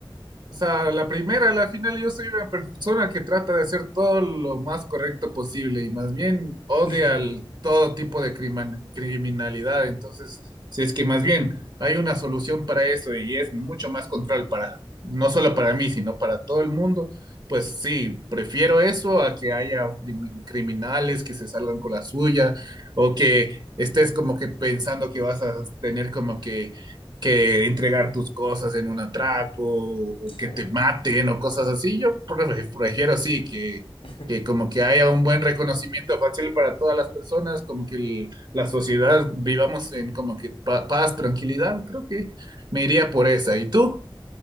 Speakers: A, on the right (about 55°); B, on the left (about 85°).
A: O sea, la primera, a la final, yo soy una persona que trata de hacer todo lo más correcto posible y más bien odia
B: <laughs>
A: al- todo tipo de criman- criminalidad. Entonces, si es que más bien hay una solución para eso y es mucho más control para, no solo para mí, sino para todo el mundo, pues sí, prefiero eso a que haya crimi- criminales que se salgan con la suya o que estés como que pensando que vas a tener como que que entregar tus cosas en un atraco o,
B: Sí.
A: o que te maten o cosas así. Yo pre- prefiero sí que,
B: <laughs>
A: que como que haya un buen reconocimiento fácil para todas las personas, como que el- la sociedad vivamos en como que pa- paz, tranquilidad. Creo que me iría por esa. ¿Y tú?